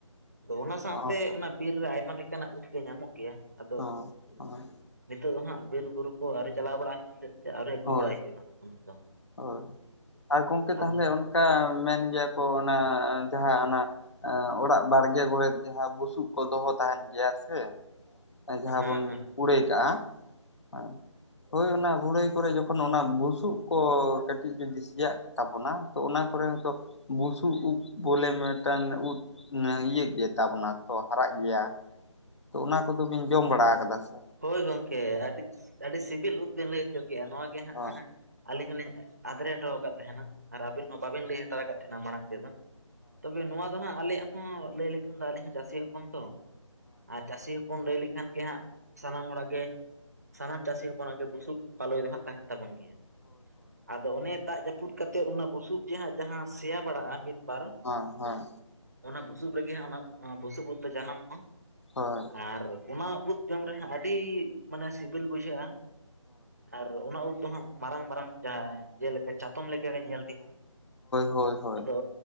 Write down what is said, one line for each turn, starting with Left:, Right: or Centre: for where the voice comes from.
Right: ᱟᱫᱚ ᱚᱱᱟ ᱥᱟᱶᱛᱮ
Left: ᱦᱚᱸ
Right: ᱚᱱᱟ ᱵᱤᱨ ᱨᱮ ᱟᱭᱢᱟ ᱞᱮᱠᱟᱱᱟᱜ ᱩᱫ ᱠᱚ ᱧᱟᱢᱚᱜ ᱜᱮᱭᱟ ᱟᱫᱚ
Left: ᱦᱚᱸ ᱦᱳᱭ
Right: ᱱᱤᱛᱚᱜ ᱫᱚ ᱦᱟᱸᱜ ᱵᱤᱨ-ᱵᱩᱨᱩ ᱠᱚ ᱟᱣᱨᱤ ᱪᱟᱞᱟᱣ ᱵᱟᱲᱟᱜ ᱦᱩᱭᱩᱜᱼᱟ ᱦᱚᱛᱮᱫ ᱛᱮ ᱟ. ᱣᱨᱤ ᱟᱹᱜᱩ
Left: ᱦᱳᱭ
Right: ᱵᱟᱲᱟᱭ ᱦᱩᱭᱩᱜᱼᱟ ᱩᱱᱟᱹᱜ ᱫᱚ
Left: ᱦᱳᱭ ᱟᱨ ᱜᱚᱝᱠᱮ
Right: ᱟᱫᱚ
Left: ᱛᱟᱦᱚᱞᱮ ᱚᱱᱠᱟ ᱢᱮᱱ ᱜᱮᱭᱟ ᱠᱚ ᱚᱱᱟ ᱡᱟᱦᱟᱸ ᱚᱱᱟ ᱮᱸ ᱚᱲᱟᱜ ᱵᱟᱲᱜᱮ ᱠᱚᱨᱮᱫ ᱡᱟᱦᱟᱸ ᱵᱩᱥᱩᱵ ᱠᱚ ᱫᱚᱦᱚ ᱛᱟᱦᱮᱱ ᱜᱮᱭᱟ ᱥᱮ᱾ ᱡᱟᱦᱟᱸ
Right: ᱦᱮᱸ
Left: ᱵᱚᱱ
Right: ᱦᱮᱸ
Left: ᱠᱩᱲᱟᱹᱭ ᱠᱟᱜᱼᱟ ᱦᱮᱸ ᱦᱳᱭ ᱚᱱᱟ ᱵᱷᱩᱲᱟᱹᱭ ᱠᱚᱨᱮ ᱡᱚᱠᱷᱚᱱ ᱚᱱᱟ ᱵᱩᱥᱩᱵ ᱠᱚ ᱠᱟᱹᱴᱤᱡ ᱡᱩᱫᱤ ᱥᱮᱭᱟᱜ ᱛᱟᱵᱚᱱᱟ ᱛᱚ ᱚᱱᱟ ᱠᱚᱨᱮ ᱦᱚᱛᱚᱜ ᱵᱩᱥᱩᱵ ᱩᱵ ᱵᱚᱞᱮ ᱢᱮᱴᱟᱱ ᱩᱵ ᱤᱭᱟᱹᱜ ᱜᱮᱛᱟ ᱵᱚᱱᱟ ᱛᱚ ᱦᱟᱨᱟᱜ ᱜᱮᱭᱟ ᱛᱚ ᱚᱱᱟ ᱠᱚᱫᱚ ᱵᱤᱱ ᱡᱚᱢ ᱵᱟᱲᱟ ᱟᱠᱟᱫᱟ ᱥᱮ?
Right: ᱦᱳᱭ ᱜᱚᱢᱠᱮ ᱟᱹᱰᱤ ᱟᱹᱰᱤ ᱥᱤᱵᱤᱞ ᱩᱫ ᱵᱤᱱ ᱞᱟᱹᱭ ᱦᱚᱪᱚ ᱠᱮ-ᱟ ᱱᱚᱣᱟᱜ ᱜᱮ ᱦᱟᱸᱜ᱾
Left: ᱦᱳᱭ
Right: ᱟᱹᱞᱤᱧ ᱦᱚᱸᱞᱤᱧ ᱟᱫᱨᱮ ᱦᱚᱴᱚ ᱟᱠᱟᱫ ᱛᱟᱦᱮᱱᱟ ᱟᱨ ᱟᱹᱵᱤᱱ ᱦᱚᱸ ᱵᱟᱵᱤᱱ ᱞᱟᱹᱭ ᱦᱟᱛᱟᱲ ᱟᱠᱟᱫ ᱛᱟᱦᱮᱱᱟ ᱢᱟᱲᱟᱝ ᱛᱮᱫᱚ᱾ ᱛᱚᱵᱮ ᱱᱚᱣᱟ ᱫᱚ ᱦᱟᱸᱜ ᱟᱞᱮᱭᱟᱜ ᱦᱚᱸ ᱞᱟᱹᱭ ᱞᱮᱠᱷᱟᱱ ᱫᱚ ᱟᱞᱤᱧ ᱦᱚᱸ ᱪᱟᱹᱥᱤ ᱦᱚᱯᱚᱱ ᱛᱚ, ᱟᱨ ᱪᱟᱹᱥᱤ ᱦᱚᱯᱚᱱ ᱵᱚᱱ ᱞᱟᱹᱭ ᱞᱮᱠᱷᱟᱱ ᱜᱮ ᱦᱟᱸᱜ ᱥᱟᱱᱟᱢ ᱦᱚᱲᱟᱜ ᱜᱮ ᱥᱟᱱᱟᱢ ᱪᱟᱹᱥᱤ ᱦᱚᱯᱚᱱᱟᱜ ᱜᱮ ᱵᱩᱥᱩᱵ ᱯᱟᱞᱚᱭ ᱫᱚ ᱦᱟᱸᱜ ᱛᱟᱦᱮᱱ ᱛᱟᱵᱚᱱ ᱜᱮᱭᱟ᱾ ᱟᱫᱚ ᱚᱱᱮ ᱫᱟᱜ ᱡᱟᱹᱯᱩᱫ ᱠᱟᱛᱮᱫ ᱚᱱᱟ ᱵᱩᱥᱩᱵ ᱡᱟᱦᱟᱸ ᱥᱮᱭᱟ ᱵᱟᱲᱟᱜᱼᱟ ᱢᱤᱫ ᱵᱟᱨ
Left: ᱦᱚᱸ ᱦᱚᱸ
Right: ᱚᱱᱟ ᱵᱩᱥᱩᱵ ᱨᱮᱜᱮ ᱚᱱᱟ ᱵᱩᱥᱩᱵ ᱩᱫᱚ ᱡᱟᱱᱟᱢᱚᱜᱼᱟ᱾
Left: ᱦᱳᱭ
Right: ᱟᱨ ᱚᱱᱟ ᱩᱵ ᱡᱚᱢ ᱨᱮᱦᱚᱸ ᱟᱹᱰᱤ ᱢᱟᱱᱮ ᱥᱤᱵᱤᱞ ᱵᱩᱡᱷᱟᱹᱜᱼᱟ᱾ ᱟᱨ ᱚᱱᱟ ᱩᱫ ᱫᱚ ᱦᱟᱸᱜ ᱢᱟᱨᱟᱝ ᱢᱟᱨᱟᱝ ᱡᱟᱦᱟᱸ ᱡᱮᱞᱮᱠᱟ ᱪᱟᱛᱚᱢ ᱞᱮᱠᱟᱜᱮ ᱧᱮᱞ ᱛᱤᱧᱚᱸ
Left: ᱦᱳᱭ ᱦᱳᱭ
Right: ᱟᱫᱚ